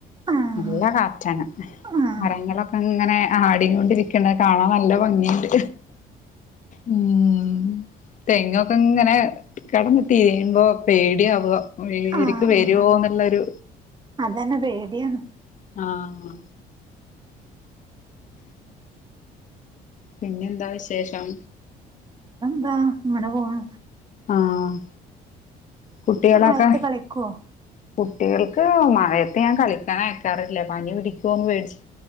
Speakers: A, on the right; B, on the left.
A: ആഹ്
B: നല്ല കാറ്റാണ്
A: ആഹ്
B: മരങ്ങളൊ അങ്ങനെ ആടി കൊണ്ടിരിക്കണ കാണാൻ നല്ല ഭംഗിയുണ്ട് ഉം തെങ്ങൊക്കെ ഇങ്ങനെ കെടന്ന് തിരിയുമ്പോ പേടി ആവുവാ <unintelligible>
A: ആഹ്
B: വരുവോ എന്നുള്ളൊരു
A: അതന്നെ പേടിയാണ്
B: ആഹ് പിന്നെന്താ വിശേഷം
A: ന്താ ഇങ്ങനെ പോണ്
B: ആഹ് കുട്ടികളൊക്കെ
A: മഴത്ത് കളിക്കുവോ
B: കുട്ടികൾക്ക് മഴയത്ത് ഞാൻ കളിക്കാൻ അയക്കാറില്ല പനി പിടിക്കുവോന്ന് പേടിച്ച്